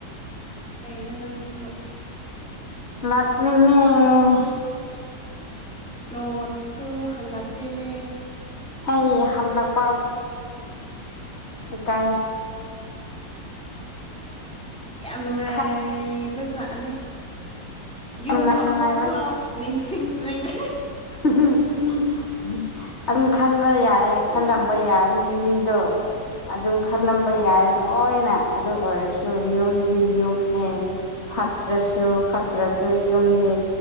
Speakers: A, in the centre; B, on the left (about 40°).
A: ꯀꯩꯅꯣ ꯅꯁꯨ
B: ꯂꯥꯛꯅꯤꯡꯉꯦ
A: ꯅꯣꯡꯃꯇꯁꯨ ꯈꯜꯂꯛꯇꯦꯅꯦ
B: ꯑꯩ ꯍꯜꯂꯥꯛꯄꯠ ꯏꯀꯥꯏꯌꯦ
A: ꯌꯥꯝ ꯅꯨꯡꯉꯥꯏꯔꯦꯕ
B: ꯈ
A: ꯂꯥꯛꯑꯅꯤ ꯌꯨꯝ
B: ꯅꯨꯡꯉꯥꯏ
A: ꯑꯃꯨꯛ
B: ꯅꯨꯡꯉꯥꯏꯕ
A: ꯐꯥꯎ ꯅꯤꯡꯁꯤꯡꯇ꯭ꯔꯤꯅꯦ
B: <unintelligible> ꯑꯗꯨꯝ ꯈꯟꯕ ꯌꯥꯏ ꯈꯜꯂꯝꯕ
A: ꯑꯥ
B: ꯌꯥꯏ ꯃꯤ ꯃꯤꯗꯣ ꯑꯗꯨꯝ ꯈꯜꯂꯝꯕ ꯌꯥꯏ
A: ꯑꯥ
B: ꯂꯣꯏꯅ ꯑꯗꯨ ꯑꯣꯏꯔꯁꯨ ꯌꯨꯝꯗꯤ ꯌꯨꯝꯅꯤ ꯐꯠꯇ꯭ꯔꯁꯨ
A: ꯎꯝ
B: ꯐꯠꯇ꯭ꯔꯁꯨ ꯌꯨꯝꯗꯤ